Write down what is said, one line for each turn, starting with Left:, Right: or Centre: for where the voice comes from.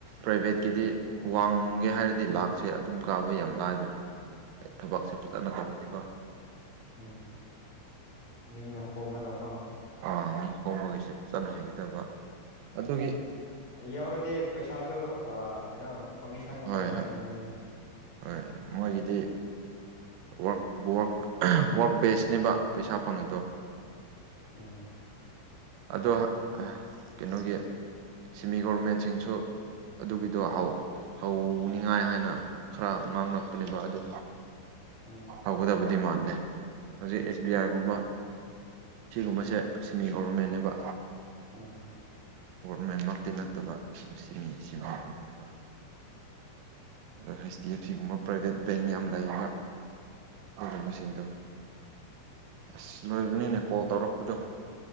Right: ꯄ꯭ꯔꯥꯏꯚꯦꯠꯀꯤꯗꯤ ꯋꯥꯡꯒꯦ ꯍꯥꯏꯔꯗꯤ ꯂꯥꯛꯁꯦ ꯑꯗꯨꯝ ꯀꯥꯕ ꯌꯥꯝ ꯂꯥꯏꯕꯅꯦ ꯊꯕꯛꯁꯦ ꯐꯖꯅ ꯇꯧꯔꯗꯤꯀꯣ
Left: ꯎꯝ ꯃꯤꯅ ꯈꯣꯝꯂꯒ ꯀꯣ
Right: ꯑꯥ ꯃꯤ ꯈꯣꯝꯕꯒꯤꯁꯦ ꯐꯖꯟꯅ ꯍꯩꯒꯗꯕ ꯑꯗꯨꯒꯤ
Left: ꯌꯥꯎꯔꯗꯤ ꯄꯩꯁꯥꯁꯨ ꯑ ꯀꯩꯅꯣ ꯀꯣꯃꯤꯁꯟꯒꯨꯝꯕ
Right: ꯍꯣꯏ
Left: ꯂꯩ
Right: ꯍꯣꯏ
Left: ꯍꯥꯏꯕꯅꯤꯅꯦ
Right: ꯍꯣꯏ ꯃꯣꯏꯒꯤꯗꯤ ꯋꯛ ꯋꯥꯛ ꯋꯥꯔꯛ ꯕꯦꯁꯅꯦꯕ ꯄꯩꯁꯥ ꯐꯪꯉꯤꯗꯣ
Left: ꯎꯡ
Right: ꯑꯗꯣ ꯀꯩꯅꯣꯒꯤ ꯁꯤꯃꯤ ꯒꯣꯕꯔꯃꯦꯟꯁꯤꯡꯁꯨ ꯑꯗꯨꯒꯤꯗꯣ ꯍꯧ ꯍꯧꯅꯤꯡꯉꯥꯏ ꯍꯥꯏꯅ ꯈꯔ ꯉꯥꯡꯂꯛꯄꯅꯦꯕ ꯑꯗꯨ
Left: ꯎꯝ
Right: ꯍꯧꯒꯗꯕꯗꯤ ꯃꯥꯟꯗꯦ ꯍꯧꯖꯤꯛ ꯑꯦꯁ ꯕꯤ ꯑꯥꯏꯒꯨꯝꯕ ꯁꯤꯒꯨꯝꯕꯁꯦ ꯁꯤꯃꯤ ꯒꯣꯕꯔꯃꯦꯟꯅꯦꯕ
Left: ꯎꯝ
Right: ꯒꯣꯔꯚꯃꯦꯟꯃꯛꯇꯤ ꯅꯠꯇꯕ ꯁꯤ ꯃꯤ ꯁꯤꯃꯤ ꯑꯣꯏꯕꯅꯦꯕ ꯑꯗꯣ ꯍꯩꯆ ꯗꯤ ꯑꯦꯐ ꯁꯤꯒꯨꯝꯕ ꯄ꯭ꯔꯥꯏꯕꯦꯠ ꯕꯦꯡ ꯌꯥꯝ ꯂꯩꯕ ꯑꯗꯨꯒꯨꯝꯕꯁꯤꯡꯗꯣ ꯑꯁ ꯂꯣꯏꯕꯅꯤꯅꯦ ꯀꯣꯜ ꯇꯧꯔꯛꯄꯗꯣ